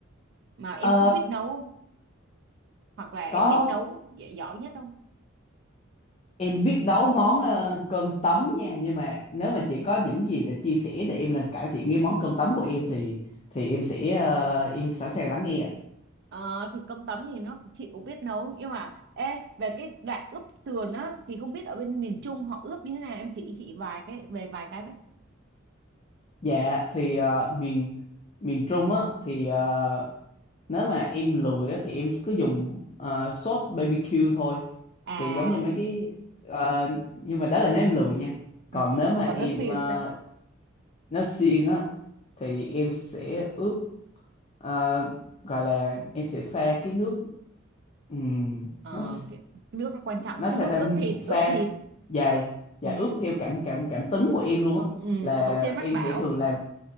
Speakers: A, on the right (about 55°); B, on the left (about 30°).
A: mà em
B: ờ
A: không biết nấu không hoặc là em
B: có
A: biết nấu gi- giỏi nhất không
B: em biết nấu món ờ, cơm tấm nha nhưng mà nếu mà chị có những gì để chia sẻ để em là cải thiện cái món cơm tấm của em thì thì em sẽ ờ, em sẵn sàng lắng nghe ạ.
A: Ờ, thì cơm tấm thì nó chị cũng biết nấu nhưng mà ê về cái đoạn ướp sườn á thì không biết ở bên miền Trung họ ướp như thế nào em chỉ chị vài cái về vài cái với
B: dạ thì ờ, miền miền Trung á thì ờ,
A: ừ.
B: nếu mà em lười á, thì em cứ dùng ờ, sốt BBQ thôi
A: à
B: thì giống như mấy cái ờ, nhưng mà đó là nếu em lười nha
A: ừ,
B: còn nếu mà em
A: còn nước xiên
B: ờ,
A: sao
B: nếu siêng á thì em sẽ ướp ờ, gọi là em sẽ pha cái nước ừm,
A: Ờ,
B: nó
A: cái, cái nước nó quan trọng
B: nó
A: cái
B: sao
A: nước
B: ta
A: ướp thịt
B: pha
A: ướp thịt
B: và và
A: ừ,
B: ướp theo cảm cảm cảm tính của em luôn á
A: ừ,
B: là
A: tổ tiên mách
B: em
A: bảo
B: sẽ thường làm